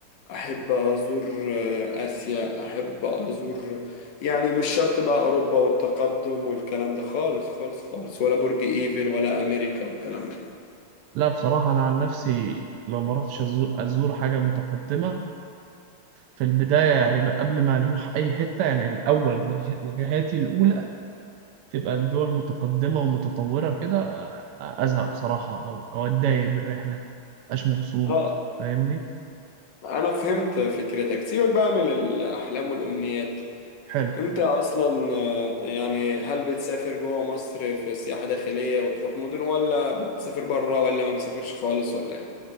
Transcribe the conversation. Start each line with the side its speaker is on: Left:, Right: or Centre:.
Left: احب ازور آه، اسيا احب ازور يعني مش شرط بقى اوروبا والتقدم والكلام ده خالص خالص خالص ولا برج ايفل ولا امريكا والكلام ده
Right: لا بصراحة انا عن نفسي لو ما رحتش أزو- ازور حاجة متقدمة في البداية يعني ب- قبل ما نروح اي حتة يعني الاول وجه- وجهاتي الاولى تبقى الدول متقدمة ومتطورة كده أ- ازهق بصراحة او او اتضايق من الرحلة مبقاش مبسوط
Left: اه
Right: فاهمني
Left: انا فهمت فكرتك سيبك بقى من الاحلام والامنيات
Right: حلو
Left: انت اصلا آه، يعني هل بتسافر جوه مصر في سياحة داخلية وتروح مدن ولا بتسافر بره ولا ما بتسافرش خالص ولا إيه؟